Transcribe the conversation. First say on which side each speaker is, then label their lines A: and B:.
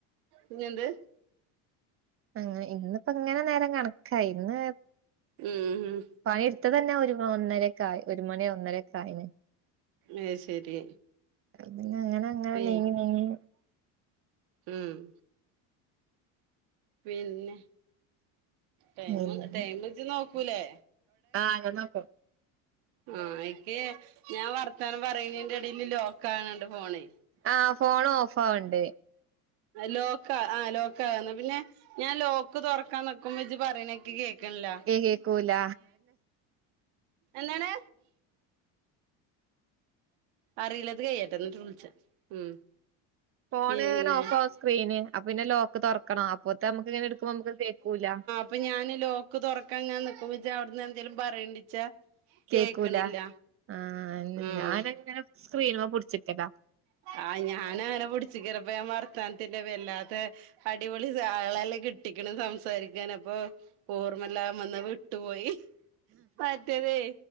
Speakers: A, on the right; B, on the right.
A: ഇനി എന്ത്
B: അങ്ങനെ ഇന്നിപ്പ ഇങ്ങനെ നേരം കണക്കായി ഇന്ന്
A: ഉം
B: പണി എടുത്തത് തന്നെ ഒരു ഒന്നരക്കായി ഒരു മണി ഒന്നര ഒക്കെ ആയിന്
A: ഏഹ് ശരി
B: പിന്നെ അങ്ങനെ അങ്ങനെ
A: പി
B: നീങ്ങി നീങ്ങി
A: ഉം പിന്നെ ടൈമ്
B: നീങ്ങി
A: ടൈമ് ഇജ്ജ് നോക്കൂലേ
B: ആഹ് ഞാൻ നോക്കും
A: ആഹ് എനിക്ക് ഞാൻ വർത്താനം പറയണേന്റെ എടേല് ലോക്കാവ്ണണ്ട് ഫോണെ
B: ആഹ് ഫോണ് ഓഫ് ആവണണ്ട്
A: ലോക്കാ ആഹ് ലോക്കാവ്ന്ന് പിന്നെ ഞാൻ ലോക്ക് തൊറക്കാൻ നിക്കുമ്പോ ഇജ്ജ് പറയണ എൻക്ക് കേക്കണില്ലാ
B: കേക്കൂല
A: എന്താണ് അറിയില്ല ഇത് കയ്യട്ടെ എന്നിട്ട് വിളിച്ചാ ഉം
B: ഫോണ്
A: പിന്നെ
B: ഇങ്ങനെ ഓഫാകും സ്ക്രീന് അപ്പൊ പിന്നെ ലോക്ക് തൊറക്കണം അപ്പോത്ത് നമ്മക്ക് ഇങ്ങനെ എടുക്കുമ്പോ നമ്മക്ക് കേക്കൂല്ലാ
A: ഇപ്പം ഞാൻ ലോക്ക് തൊറക്കാൻ ഇങ്ങനെ നിക്കുമ്പോ ഇജ്ജ് അവിടന്ന് എന്തെലും പറയ്ണ്ടാച്ചാ കേക്കണില്ല
B: കേക്കൂല ആഹ്
A: ഉം
B: ഞാനിങ്ങനെ സ്ക്രീന് മ്മെ പിടിച്ച്ക്കലാ
A: ആഹ് ഞാന് അങ്ങനെ പിടിച്ചിക്കലാ ഇപ്പ ഞാൻ വർത്താനത്തില് വല്ലാതെ അടിപൊളി സാ ആളെല്ലാം കിട്ടിക്കണ് സംസാരിക്കാൻ അപ്പൊ ഓർമ്മല്ലാം വന്ന് വിട്ടുപോയി മറ്റതേ